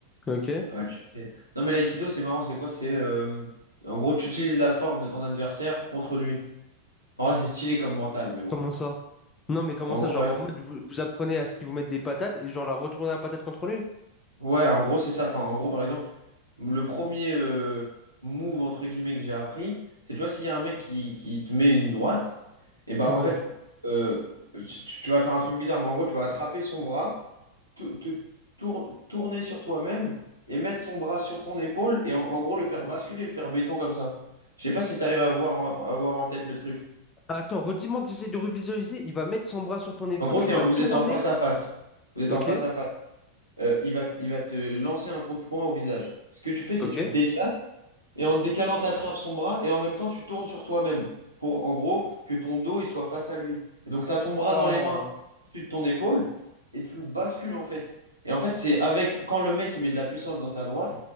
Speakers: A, on the left; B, on the right.
A: Ok.
B: Euh, Ouais. tu sais- Non, mais l'aïkido, c'est marrant, c'est quoi? C'est euh, en gros, tu utilises la force de ton adversaire contre lui. En vrai, c'est stylé comme mental, mais bon.
A: Comment ça? Non, mais comment
B: En
A: ça,
B: gros,
A: genre
B: par exemple-
A: en mode vous, vous apprenez à ce qu'ils vous mettent des patates et genre la retourner la patate contre lui?
B: ouais, en gros, c'est ça. Enfin, en gros, par exemple. le premier euh, move entre guillemets que j'ai appris, c'est tu vois, s'il y a un mec qui, qui te met une droite, et bah
A: Ouais.
B: en fait, euh, tu, tu- tu vas faire un truc bizarre, mais en gros, tu vas attraper son bras, te, te tour- tourner sur toi-même et mettre son bras sur ton épaule et en, en gros le faire basculer, le faire béton comme ça. Je sais pas si tu arrives à voir en, à voir en tête le truc.
A: Ah, Attends, redis-moi que j'essaie de revisualiser. Il va mettre son bras sur ton épaule,
B: En gros,
A: tu
B: t'es
A: vas
B: en- vous
A: tourner.
B: êtes en face à face. Vous êtes
A: Ok,
B: en face à face. Euh, il va, t- il va te lancer un coup de poing au visage. Ce que tu fais, c'est
A: ok.
B: tu te décales. et en te décalant, t'attrapes son bras et en même temps, tu tournes sur toi-même pour, en gros, que ton dos il soit face à lui. Et donc, tu as ton bras
A: Ah,
B: dans les mains au-dessus de ton épaule et tu le bascules en fait. Et en fait, c'est avec quand le mec il met de la puissance dans sa droite,